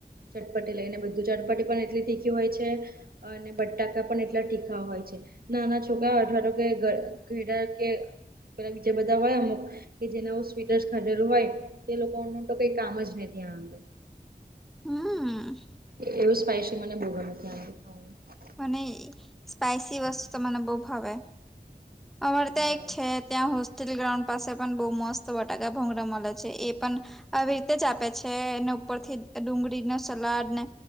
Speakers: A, on the right; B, in the centre.
A: ચટપટી લઈને બધું ચટપટી પણ એટલી તીખી હોય છે. અને બટાકા પણ એટલા તીખા હોય છે. નાના છોકરાઓ અથવા તો કે ઘડા કે પ બીજ બધા હોય અમુક કે જેને સ્વીટ ખાઢેલું હોય તે લોકોનું તો કઈ કામ જ નહ ત્યાં અર
B: હમ
A: એવું સ્પાય છે મને બોગને ત્યાં ખાવાનું
B: મને સ્પાયસી વસ્તુ તો મને બહુ ભાવે અમારે ત્યાં
A: હા
B: એક છે ત્યાં હોસ્ટેલ ગ્રાઉન્ડ પાસે પણ બહુ મસ્ત બટાકા ભોંગડા મળે છે એ પણ આવી રીતે જ આપે છે. છે એને ઉપર થી ડુંગળી ન સલાડ ને